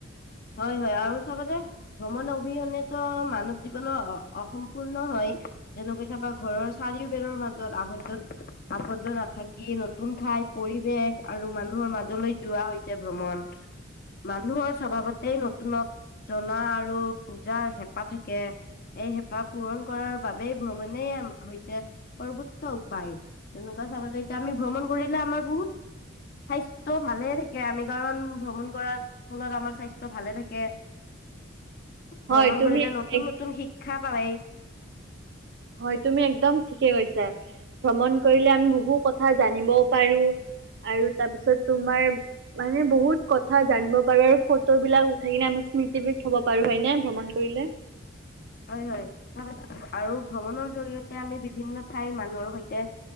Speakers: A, on the left; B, on the right.
A: হয়, হয় আৰু চাব যে ভ্ৰমণ অবিহনেতো, মানৱ জীৱনৰ অসম্পূৰ্ণ হয়। যেনেকৈ কেতিয়াবা ঘৰৰ চাৰিও বেৰৰ মাজত আবদ্ধ আৱদ্ধ নাথাকি, নতুন ঠাই পৰিৱেশ আৰু মানুহৰ মাজলৈ যোৱা হৈছে ভ্ৰমণ। মানুহৰ স্বভাৱতে নতুনক জনা আৰু বুজাৰ হেঁপাহ থাকে। এই হেঁপাহ পূৰণ কৰাৰ বাবেই ভ্ৰমণেই হৈছে সৰ্বোচ্চ উপায়। তেনেকুৱা চাবা যায়, এতিয়া আমি ভ্ৰমণ কৰিলে আমাৰ বহুত স্বাস্থ্য ভালে থাকে আমি কাৰণ, ভ্ৰমণ কৰাৰ ফলত আমাৰ স্বাস্থ্য ত' ভালে থাকে,
B: হয়
A: ভ্ৰমণ
B: তুমি
A: কৰিলে নতুন,
B: এক
A: নতুন শিক্ষা পায়।
B: হয়, তুমি একদম ঠিকে কৈছা, ভ্ৰমণ কৰিলে আমি বহু কথা জানিবও পাৰো আৰু তাৰপিছত তোমাৰ মানে বহুত কথা জানিব পাৰো আৰু ফটো বিলাক উঠাই কিনে আমাৰ স্মৃতি বিধ থ'ব পাৰো হয়নে, ভ্ৰমণ কৰিলে।
A: হয়, হয়। আৰু ভ্ৰমণৰ জৰিয়তে আমি বিভিন্ন ঠাইৰ মানুহৰ সৈতে